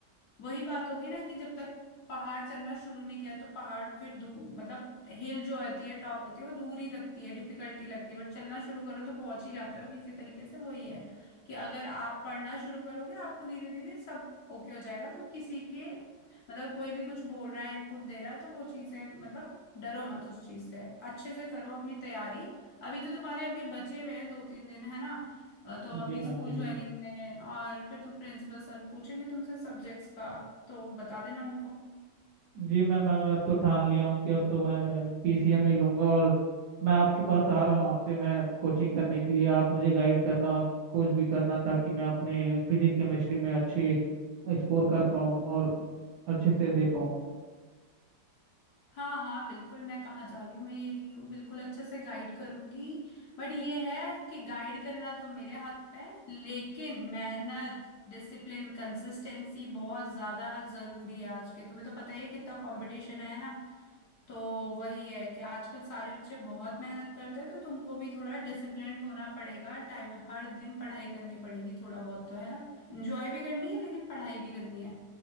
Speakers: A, on the left; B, on the right.
A: वही बात होगी ना कि जब तक पहाड़ चढ़ना शुरू नहीं किया तो पहाड़ फिर दूर मतलब हिल जो होती है टॉप होती है वो दूर ही लगती है डिफिकल्टी लगती है बट चलना शुरू करो तो पहुंच ही जाते हो किसी तरीके से वही है कि अगर आप पढ़ना शुरू करोगे आपको धीरे धीरे सब ओके हो जाएगा तो किसी के मतलब कोई भी कुछ बोल रहा है इनपुट दे रहा है तो वो चीजें मतलब डरो मत उस चीज से अच्छे से करो अपनी तैयारी अभी तो तुम्हारे अभी बचे हुए हैं दो तीन दिन है ना अ, तो अभी
B: जी
A: स्कूल
B: मैम जी
A: ज्वाइनिंग
B: मैम
A: में है और फिर तुम प्रिंसिपल सर पूछेंगे तुमसे सब्जेक्ट्स का तो बता देना उनको
B: जी मैं मैं अब तो ठान लिया हूँ कि अब तो मैं पीसीएम ही लूंगा और मैं आपके पास आ रहा हूँ आपसे मैं कोचिंग करने के लिए आप मुझे गाइड करना और कोच भी करना ताकि मैं अपने फिजिक्स केमिस्ट्री में अच्छे स्कोर कर पाऊँ और अच्छे से दे पाऊँ
A: हाँ हाँ बिल्कुल मैं कहाँ जा रही हूँ मैं यही हूँ बिल्कुल अच्छे से गाइड करूंगी बट ये है कि गाइड करना तो मेरे हाथ पे है लेकिन मेहनत डिसिप्लिन कंसिस्टेंसी बहुत ज्यादा जरूरी है आज के तुम्हें तो पता ही है कितना कंपटीशन है ना तो वही है कि आजकल सारे बच्चे बहुत मेहनत करते हैं तो तुमको भी थोड़ा डिसिप्लिन्ड होना पड़ेगा टाइम हर दिन पढ़ाई करनी पड़ेगी थोड़ा बहुत तो है ना एंजॉय भी करनी है लेकिन पढ़ाई भी करनी है